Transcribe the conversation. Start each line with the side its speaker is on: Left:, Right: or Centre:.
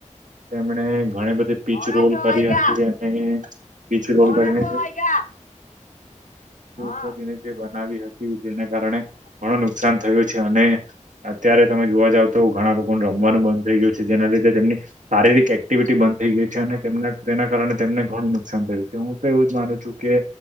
Right: તેમણે. ઘણી બધી પીચ
Left: પોણા
Right: રોલ
Left: છ
Right: કરી
Left: વાયગા
Right: હતી અને પીચ રોલ
Left: પોણા
Right: કરી.
Left: છ વાયગા હા
Right: કરીને જે બનાવી હતી જેને કારણે ઘણો નુ કસાન થયું છે અને અત્યારે તમે જોવા જાવ તો ઘણા લોકોને રમવાનું બંધ થઈ ગયું છે જેના લીધે તેમની શારીરિક એક્ટિવિટી બંધ થઈ ગઈ છે, અને તેમને તેના કારણે તેમને ઘણું નુકસાન થયું છે, હું તો એવું જ માનું છું કે